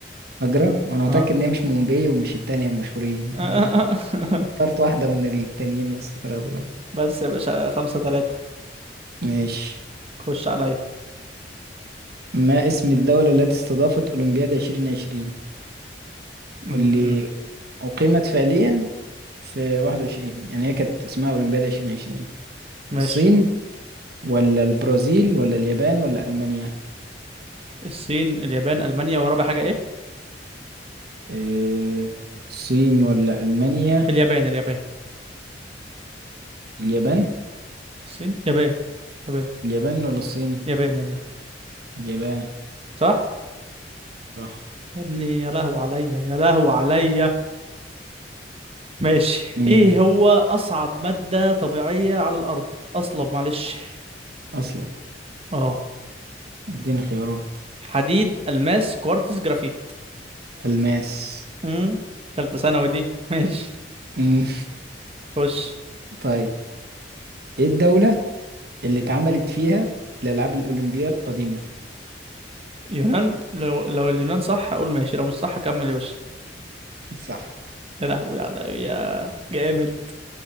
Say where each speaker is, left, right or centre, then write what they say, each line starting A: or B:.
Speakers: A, on the right; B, on the right.
A: فاكرة وانا متأكد
B: اه
A: ان هي مش مومباي ومش التانية المشهورين
B: <laughs>
A: انا اخترت واحدة من التانيين بس طلعت غلط
B: بس يا باشا خمسة تلاتة
A: ماشي
B: خش عليا
A: ما اسم الدولة التي استضافت أولمبياد 2020
B: م-
A: واللي أقيمت فعليا في 21 يعني هي كانت اسمها أولمبياد 2020
B: ماشي
A: الصين ولا البرازيل ولا اليابان ولا ألمانيا
B: الصين اليابان المانيا ورابع حاجة ايه
A: آه، الصين ولا ألمانيا
B: اليابان اليابان
A: اليابان
B: الصين يابان يابان
A: اليابان ولا الصين
B: يابان يابان
A: اليابان
B: صح
A: صح
B: يا ابني يا لهو عليا يا لهو عليا ماشي
A: امم
B: ايه هو اصعب مادة طبيعية على الارض اصلب معلش
A: أصلب
B: اه
A: اديني خيارات
B: حديد الماس كوارتز جرافيت
A: الماس
B: امم تالتة ثانوي دي <laughs> ماشي
A: مم.
B: خش
A: <laughs> طيب ايه الدولة اللي اتعملت فيها الألعاب الأولمبية القديمة
B: يونان لو لو اليونان صح اقول ماشي لو مش صح كمل يا باشا
A: صح
B: يا لهوي على يا جامد